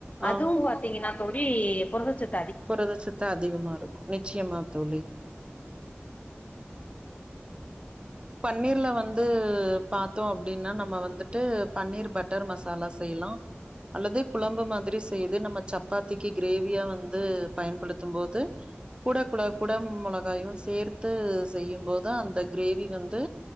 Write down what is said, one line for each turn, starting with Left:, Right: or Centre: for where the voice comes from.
Right: ஆ.
Left: அதுவு பாத்தீங்கின்னா தோழி புரதச்சத்
Right: புரதச்சத்து அதிகமா இருக்கு நிச்சயமா தோழி பன்னீர்ல வந்து பாத்தோ அப்பிடின்னா நம்ம வந்துட்டு பன்னீர் பட்டர் மசாலா செய்லா அல்லது குழம்பு மாதிரி செய்து நம்ம சப்பாத்திக்கு கிரேவியா வந்து பயன்படுத்தும் போது கூட குல குட மொளகாயு சேர்த்து செய்யும் போது தா அந்த கிரேவி வந் து